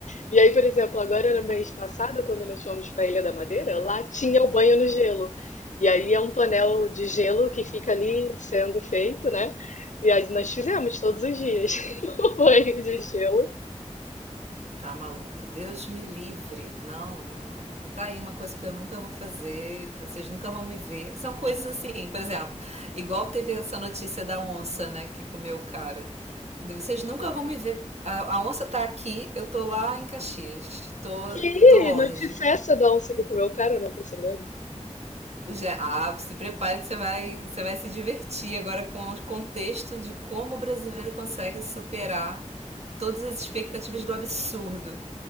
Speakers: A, on the left; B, on the right.
A: E aí, por exemplo, agora no mês passado, quando nós fomos para a Ilha da Madeira, lá tinha o banho no gelo. E aí é um tonel de gelo que fica ali sendo feito, né? E aí nós fizemos todos os dias <laughs> o banho de gelo.
B: Tá maluco, Deus me livre. Não, não, não, não. Tá aí uma coisa que eu nunca vou fazer, vocês nunca vão me ver. São coisas assim, por exemplo, igual teve essa notícia da onça, né, que comeu o cara. Vocês nunca vão me ver. A, a onça tá aqui, eu tô lá em Caxias. Tô,
A: Que
B: tô longe.
A: notícia é essa da onça que comeu o cara? Eu não tô sabendo.
B: Já, ah, se prepare que você vai, você vai se divertir agora com o contexto de como o brasileiro consegue superar todas as expectativas do absurdo.